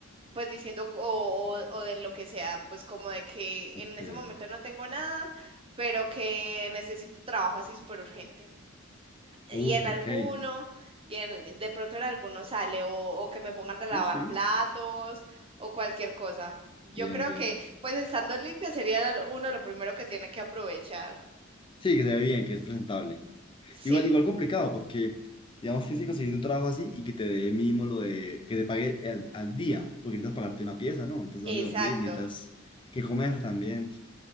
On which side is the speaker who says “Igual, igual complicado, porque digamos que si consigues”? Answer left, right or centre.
Left